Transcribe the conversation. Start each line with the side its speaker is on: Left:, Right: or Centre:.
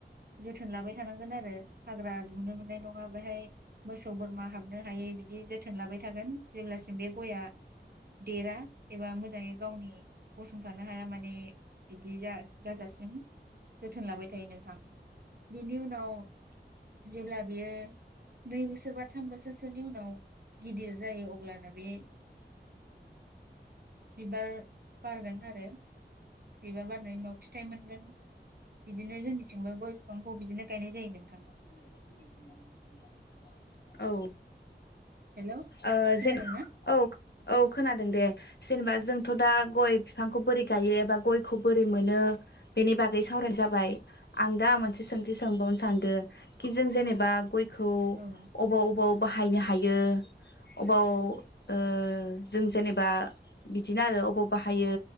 Right: जोथोन लाबाय थानांगोन आरो हाग्रा दुनो मोननाय नङा बेहाय मोसौ बोरमा हाबनो हायै बिदि जोथोन लाबाय थागोन जेब्लासिम बे गया देरा एबा मोजाङै गावनि गसंथानो हाया माने बिदि जा-जाजासिम जोथोन लाबाय थायो नोंथां बिनि उन नाव जेब्ला बियो नै बोसोर बा थाम बोसोरसोनि उनाव गिदिर जायो अब्लाना बे बिबार बारगोन आरो बिबार बारनायनि उनाव फिथाइ मोनगोन बिदिनो जोंनिथिंबो गय बिफांखौ बिदिनो
Left: <inaudible>
Right: गायनाय जायो नोंथां
Left: औ।
Right: हेलौ
Left: ओ
Right: खोनादोंना
Left: जेन औ औ खोनादों दे जेनेबा जोंफ थ' दा गय फिफांखौ बोरै गायो एबा गयखौ बोरै मोनो बेनि बागै सावरायनाय जाबाय आं दा मोनसे सोंथ थि सोंबावनो सानदों कि जों जेनेबा गय खौ
Right: औ नोंथां
Left: अबाव अबाव बाहायनो हायो‌ अबाव ओ जों जेनेबा बिदिनो आरो अबाव बाहायो